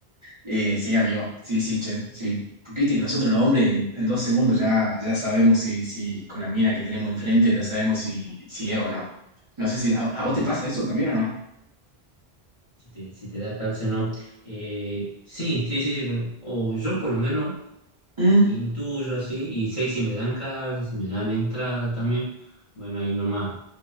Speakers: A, on the right; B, on the left.
A: Eh, sí, amigo, sí, sí, che, sí. Porque viste que nosotros los hombres en dos segundos ya, ya sabemos si, si con la mina que tenemos enfrente ya sabemos si, si es o no. No sé si a, a vos te pasa eso también o no.
B: si te, si te da calce o no. Eh, sí, sí, sí, sí, por- o yo por lo menos,
A: Mm,
B: intuyo así, y sé si me dan carta, si me dan entrada también, bueno, ahí nomás,